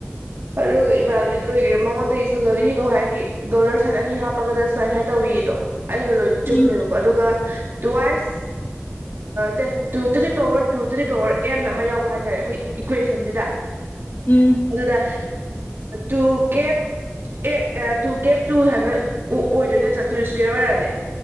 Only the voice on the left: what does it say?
ꯎꯝ
ꯎꯝ ꯎꯝ